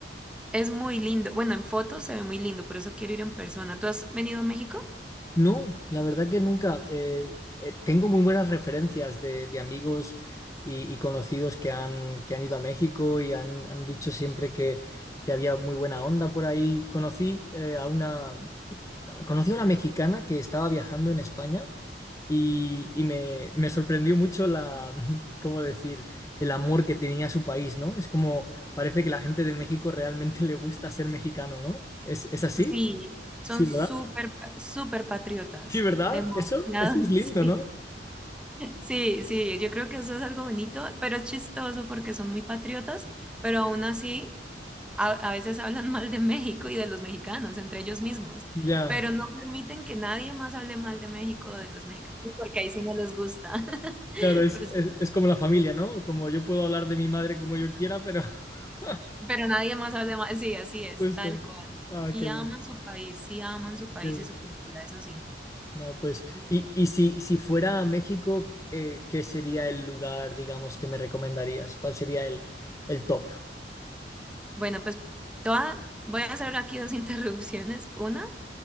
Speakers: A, in the centre; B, on the left.
A: es muy lindo. Bueno, en fotos se ve muy lindo, por eso quiero ir en persona. ¿Tú has venido a México?
B: No, la verdad que nunca. Eh, eh, tengo muy buenas referencias de, de amigos y, y conocidos que han, que han ido a México y han, han dicho siempre que, que había muy buena onda por ahí. Conocí, eh, a una, conocí a una mexicana que estaba viajando en España y, y me, me sorprendió mucho la, <laughs> ¿cómo decir?, el amor que tenía a su país, ¿no? Es como, parece que la gente de México realmente <laughs> le gusta ser mexicano, ¿no? ¿Es, es así?
A: Sí, son
B: Sí,
A: súper, pa- súper patriotas.
B: Sí, ¿verdad?
A: Demasiado,
B: Eso, eso es
A: <laughs>
B: lindo,
A: sí.
B: ¿no?
A: Sí, sí, yo creo que eso es algo bonito, pero es chistoso porque son muy patriotas, pero aún así a, a veces hablan mal de México y de los mexicanos entre ellos mismos,
B: Ya,
A: pero no permiten que nadie más hable mal de México o de los mexicanos porque ahí sí no les gusta, <laughs>
B: claro, es,
A: pero, sí-
B: es, es como la familia, ¿no? Como yo puedo hablar de mi madre como yo quiera, pero <laughs>
A: pero nadie más hable mal, sí, así es,
B: justo.
A: tal cual.
B: Ah,
A: Y
B: qué
A: aman
B: bueno.
A: su país, sí, aman su país
B: Sí.
A: y su cultura, eso sí.
B: No, pues,
A: Eso
B: y,
A: sí.
B: y si, si fuera a México, eh, ¿qué sería el lugar, digamos, que me recomendarías? ¿Cuál sería el, el top?
A: Bueno, pues toda, voy a hacer aquí dos <laughs> interrupciones. Una